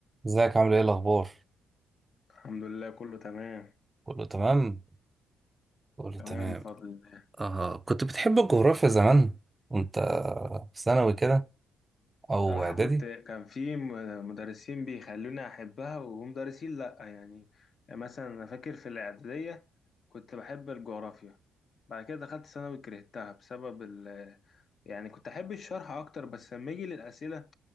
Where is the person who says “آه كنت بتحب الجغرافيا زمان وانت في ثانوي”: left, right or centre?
Right